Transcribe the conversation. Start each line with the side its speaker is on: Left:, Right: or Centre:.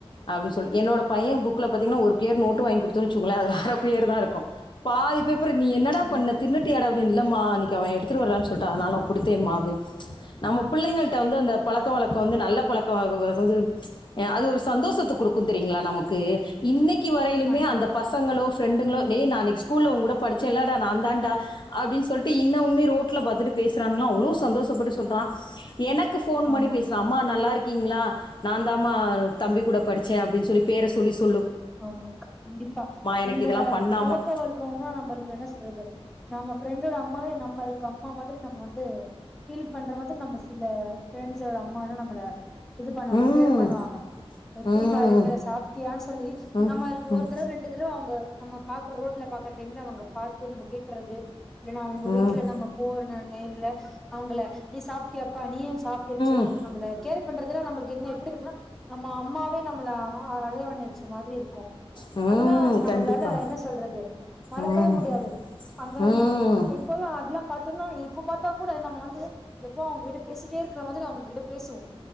Left: அப்டின்னு சொல்லி என்னேட பைய புக்ல பாத்தீங்ன்னா ஒரு கொயர் நோட் வாங்கி கொடுத்தேன்னு வச்சுக்கோங்கல்ல அதுல அரைகோயர் தான் இருக்கும் பாதி பேப் பர்ர நீ என்னடா
Centre: ஆ
Left: பண்ண தின்னுட்டியாட அப்டின்னு இல்லம்மா அன்னைக்கி அவ எடுத்துட்டு வரலன்னு சொல்லிட்டா அதனால நா குடுத்தேமா அப்டினு நம்ம புள்ளைங்கள்ட் ட்டு வந்து அந்த பழக்கோ வழக்கோ வந்து நல்ல பழக்கோ <unintelligible> அதாவது அது ஒரு சந்தோஷத்த கூடுக்கு தெரியுங்களா நமக்கு இன்னிக் னிக்கி வரையிலுமே
Centre: கண்டிப்பா
Left: அந்த பசங்களோ ஃப்ரெண்டுங்களோ நேன அன்னைக்கு ஸ்கூல்ல ஒன்கூட படிச்சேன்ல்லட நான்தான்டா அப்டின்னு சொல்ட்டு இன்னவும்மே ரோட்ல பாத்துட்டு பேசுறாங்கலா அவ்ளோ சந்தோசப்பட்ட சொல்றா எனக் கு ஃபோன் பண்ணி
Centre: ஆமா
Left: பேசுறா அம்மா நல்லா இருக் கீங்ளா நா தான்மா தம்பி கூட படிச்சே அப்டின்னு சொல்லி பேரை சொல்லி செல்
Centre: ஆமா கண்டிப்பா
Left: எனக்கு
Centre: அந்த
Left: இதெல்லாம் பண்ணாமா
Centre: பழக்க வழக்கம்ல நம்மளுக்கு என்ன சொல்றது நம்ம ஃப்ரெண்டோட அம் அம்மாவே நம்மளுக்கு அம்மா மாதிரி நம்ம வந்து ஃபீல் பண்ற மாதிர நம்ம சில ஃப்ரெண்ட்ஸ்சோட அம்மாலா நம்மள இது பண்ணுவாங்க
Left: ம்
Centre: கேர் பண்ணுவாங்க எப்புடிப்பா
Left: ம்
Centre: இருக்கற சாப்டியான்னு சொல்லி
Left: ம்
Centre: நம்மளுக்கு
Left: ம்
Centre: ஒரு தடவ ரெண்டு தடவ அவுங்க நம்ம பாக்குற ரோட்ல பாக்குற டைம்ல அவுங்க பாத்து நம்ம கேக்குறது இல்லனா உங்க வீட்டுல
Left: ம்
Centre: நம்ப போற நேரத்ல டைம்ல அவுங்கள நீ சாப்பிட்டியப்பா நீயு சாப்டனு சொல்லி
Left: ம்
Centre: நம்பல கேர் பண்றதுல நம்மளுக்கு என்ன எப்புடி இருக்கும்ன நம்ம அம்மாவே நம்ம கள அ அனைவ நெனச்ச மாதிரி இருக்கு
Left: ம்
Centre: அதெல்லா நம்மளால
Left: கண்டிப்பா
Centre: என்ன சொல்றது மறக்கவே
Left: ம்
Centre: முடியாது அந்த
Left: ம் ம்
Centre: இப்போலா அதெல்லா பாத் திங்னா இப்ப பாத்தா கூட நம்ம வந்து எப்போ அவங்ககிட்ட பேசிட்டே இருக்கிற மாதிரி அவுங்ககிட்ட பேசுவோ